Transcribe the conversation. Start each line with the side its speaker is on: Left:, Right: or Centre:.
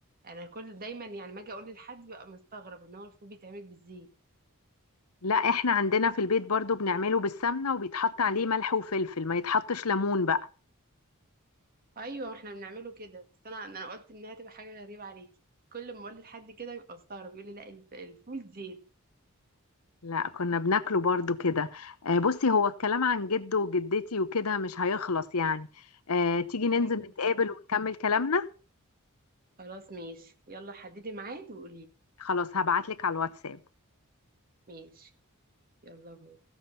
Right: انا كل دايما يعني ما اجي اقول لحد بقى مستغرب ان هو الفول بيتعمل بالزيت
Left: لا احنا عندنا في البيت برضو بنعمله بالسمنه وبيتحط عليه ملح وفلفل ما يتحطش ليمون بقى
Right: ايوه احنا بنعمله كده بس انا انا قلت انها تبقى حاجه غريبه عليكي كل ما اقول لحد كده يبقى مستغرب يقول لي لا الف- الفول زيت
Left: لا كنا بناكله برضو كده آه، بصي هو الكلام عن جده وجدتي وكده مش هيخلص يعني آه، تيجي ننزل
Right: ايوه
Left: نتقابل
Right: فعلا
Left: ونكمل كلامنا
Right: خلاص ماشي يلا حددي ميعاد وقولي
Left: خلاص هبعتلك على الواتساب
Right: ماشي يلا باي